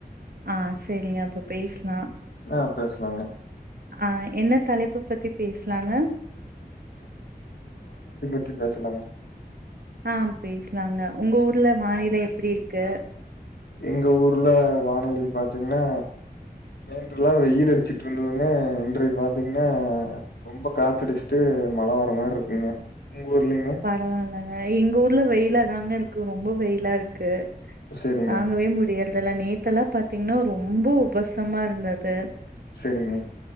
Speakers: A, on the right; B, on the left.
A: அ செரிங்க அப்போ பேசலா
B: அ பேசலாங்க
A: அ என்ன தலைப்பு பத்தி பேசலாங்க
B: த்தி பேசலாங்க
A: அ பேசலாங்க உங்க ஊர்ல வானிலை எப்டி இருக்கு
B: எங்க ஊர்ல வானிலை பாத்தீங்கன்னா நேற்றுல்லா வெயில் அடிச்சுட்டு இருந்ததுங்க இன்றைக்கு பாத்தீங்கன்னா ரொம்ப காத்தடிச்சுட்டு மழ வர மாரி இருக்குங்க உங்க ஊர்லிங்க
A: பரவாயில்லங்க எங்க ஊர்ல வெயிலா தாங்க இருக்கு ரொம்ப வெயிலா இருக்கு
B: செரிங்க
A: தாங்கவே முடியரதில்லா நேத்தெல்லா பாத்தீங்கன்னா ரொம்ப உபசமா இருந்தது
B: செரிங்க